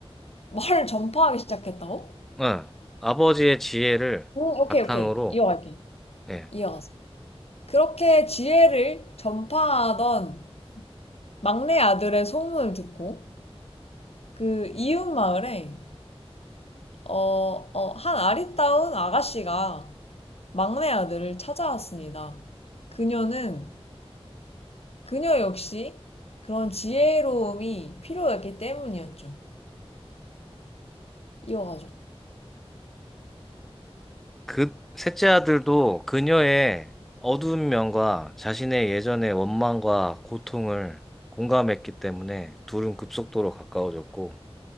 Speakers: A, on the left; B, in the centre.
A: 말을 전파하기 시작했다고?
B: 예, 아버지의 지혜를
A: 오, 오케이,
B: 바탕으로,
A: 오케이. 이어갈게.
B: 예,
A: 이어가서. 그렇게 지혜를 전파하던 막내 아들의 소문을 듣고 그 이웃 마을에 어, 어, 한 아리따운 아가씨가 막내 아들을 찾아왔습니다. 그녀는 그녀 역시 그런 지혜로움이 필요했기 때문이었죠. 이어가죠.
B: 그 셋째 아들도 그녀의 어두운 면과 자신의 예전의 원망과 고통을 공감했기 때문에 둘은 급속도로 가까워졌고,